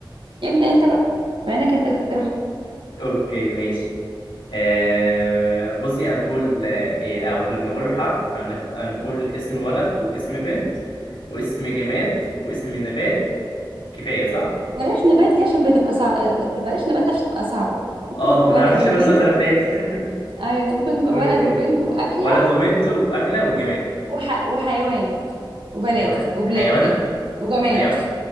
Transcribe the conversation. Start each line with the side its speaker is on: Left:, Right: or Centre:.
Right: ابدا انت بقى بما انك انت اللي اقترحت
Left: اوكي ماشي آه بصي هنقول آه، إيه، أو لما اقول الحرف هنخ... هنقول اسم ولد واسم بنت واسم جماد واسم نبات كفايه صح
Right: بلاش نبات دي عشان بتبقى صعبه بلاش نبات عشان بتبقى صعبه ممكن
Left: اه ما بنعرفش
Right: ولد وبنت
Left: نوصل لنباتات <laughs>
Right: ايوه ممكن تبقى
Left: اوكي
Right: ولد وبنت واكله
Left: ولد وبنت واكله وجماد
Right: وح... وحيوان وبلد
Left: حيوان
Right: وبلاد
Left: حيوان
Right: وجماد
Left: حيوان